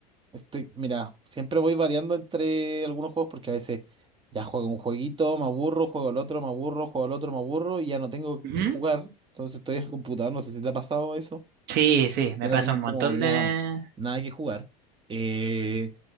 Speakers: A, on the right (about 25°); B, on the right (about 55°).
A: estoy, mira, siempre voy variando entre algunos juegos porque a veces ya juego un jueguito, me aburro, juego el otro, me aburro, juego el otro, me aburro y ya no tengo
B: Ujú.
A: que jugar. Entonces estoy en el computador, no sé si te ha pasado eso,
B: Sí, sí, me
A: que no
B: pasa
A: tenéis
B: un montón
A: como ya
B: de...
A: nada que jugar. Eh,